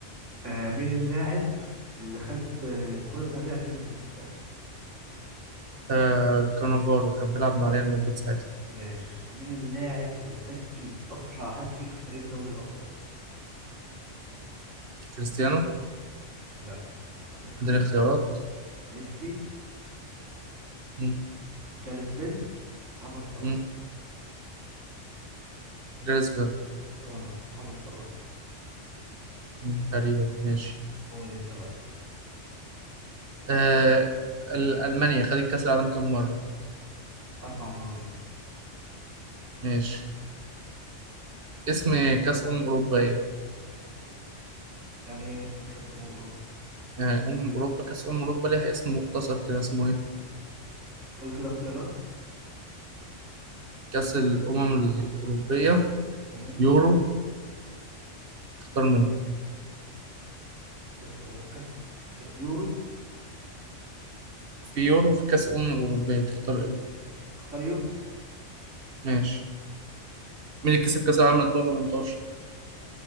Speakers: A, on the right (about 75°); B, on the right (about 50°).
A: آه مين اللاعب اللي خد آه، الكرة الذهبية 2006
B: آه كانافارو كان بيلعب مع ريال مدريد ساعتها
A: ماشي مين اللاعب اللي سجل أسرع هاتريك في تاريخ دوري الأبطال
B: كريستيانو
A: لا هديك اختيارات
B: اديني اختيارات
A: ميسي
B: مم.
A: جاريث بيل محمد صلاح
B: مم. جريزبرغ
A: غلط محمد صلاح
B: مم، تقريبا ماشي
A: قول أنت بقى اسأل
B: آه ال- ألمانيا خدت كأس العالم كام مرة؟
A: أربع مرات
B: ماشي اسم كأس أمم أوروبا إيه؟
A: يعني إيه اسم كأس أمم أوروبا
B: يعني أمم أوروبا كأس أمم أوروبا ليها اسم مختصر كده اسمه إيه؟
A: قول كده اختيارات
B: كأس الأمم الأوروبية
A: مم.
B: يورو اختار
A: مم.
B: منه
A: كأس أمم كأس كأس يورو
B: في يورو في كأس أمم أوروبية تختار إيه؟
A: اختار يورو
B: ماشي مين اللي كسب كأس العالم 2018؟